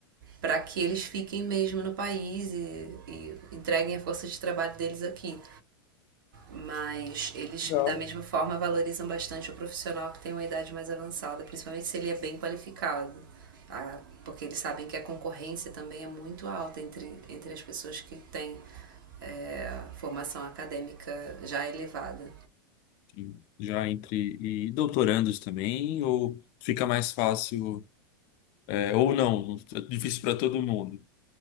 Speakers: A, on the right (about 65°); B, on the left (about 45°).
A: para que eles fiquem mesmo no país e, e entreguem a força de trabalho deles aqui. Mas eles,
B: Legal.
A: da mesma forma, valorizam bastante o profissional que tem uma idade mais avançada, principalmente se ele é bem qualificado. tá? Porque eles sabem que a concorrência também é muito alta entre, entre as pessoas que têm é, formação acadêmica já elevada.
B: Sim. Já entre e doutorandos também, ou fica mais fácil, é, ou não, é difícil para todo mundo.